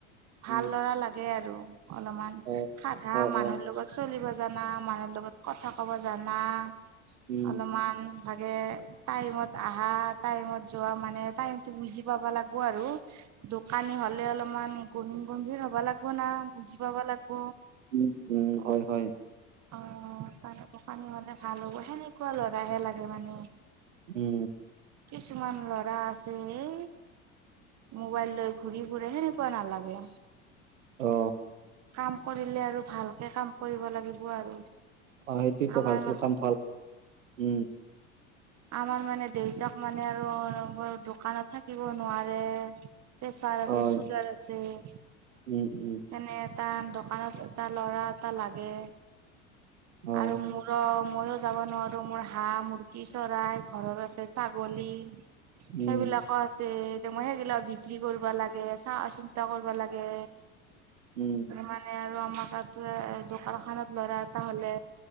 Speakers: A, on the right; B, on the right.
A: ভাল
B: উম
A: লৰা লাগে আৰু। অলমান
B: অ
A: সাধা
B: অ
A: মানুহৰ
B: অ
A: লগত চলিব জনা, মানুহৰ লগত, কথা কব জনা
B: উম
A: অলমান ভাগে টাইমত আহা টাইমত যোৱা মানে টাইমটো বুজি পাব লাগব আৰু দোকানী হলে অলপমান গহীন গম্ভীৰ হব লাগব না, বুজি পাবা লাগব।
B: উম- উম, হয় - হয়।
A: অ তনেুৱ দোকানি হলে ভাল হ'ব। সেনেকুৱা লৰাহে লাগে মানে।
B: উম।
A: কিছুমান ল'ৰা আছে হে মোবাইল লৈ ঘূৰি ফুৰে সেনেকুৱা নালাগে।
B: অ।
A: কাম কৰিলে আৰু ভালকে কাম কৰিব লাগিব আৰু।
B: অহ, সেইটোয়েটো
A: আমাৰ
B: ভালছে কাম পাল উম।
A: আমাৰ মানে দেউতাক মানে আৰু অনবৰত দোকানত থাকিব নোৱাৰে পেচাৰ আছে,
B: অ
A: চুগাৰ আছে। তেনে
B: উম, উম,
A: তাৰ দোকানত এটা ল'ৰা এটা লাগে।
B: অ',
A: আৰু মোৰ মইও যাবা নোৱাৰো মোৰ হাঁহ, মুৰ্গী চৰাই ঘৰত আছে ছাগলী
B: উম,
A: সেইবিলাকো আছেই। যে মই সেইগিলাও বিক্ৰী কৰবা লাগে চাৱা -চিন্তা কৰবা লাগে।
B: উম,
A: মানে আৰু আমাৰ তাতো দোকান খানত লৰা এটা হ'লে